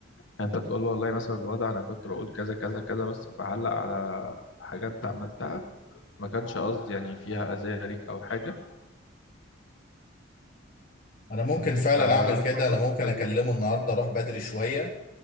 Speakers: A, on the left; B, on the left.
A: يعني انت تقول له والله مثلا الوضع انا كنت بقول كذا كذا كذا بس بعلق على حاجة انت عملتها ما كانش قصدي يعني فيها اذى ليك او حاجة
B: انا ممكن
A: فاهمني
B: فعلا
A: فالموضوع
B: اعمل كده انا
A: في
B: ممكن
A: اللذيذ
B: اكلمه النهارده اروح بدري شوية